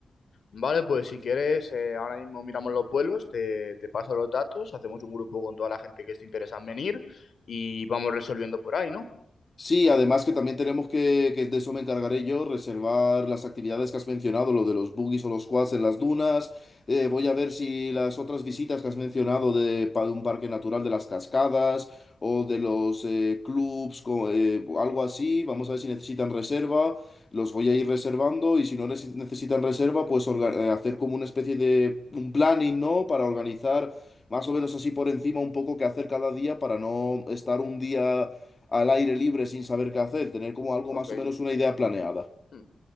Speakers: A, on the left (about 65°); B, on the left (about 40°).
A: Vale, pues si quieres, eh, ahora mismo miramos los vuelos, te, te paso los datos, hacemos un grupo con toda la gente que esté interesada en venir y vamos resolviendo por ahí, ¿no?
B: Sí, además que también tenemos que, que de eso me encargaré yo, reservar las actividades que has mencionado, lo de los buggies o los quads en las dunas. Eh, voy a ver si las otras visitas que has mencionado de, pa- de un parque natural de las cascadas o de los eh, clubs, co- eh, algo así, vamos a ver si necesitan reserva, los voy a ir reservando y si no neces- necesitan reserva, pues orga- eh, hacer como una especie de un planning, ¿no? Para organizar más o menos así por encima un poco qué hacer cada día para no estar un día al aire libre sin saber qué hacer, tener como algo
A: Ok.
B: más o menos una idea planeada.
A: Mm.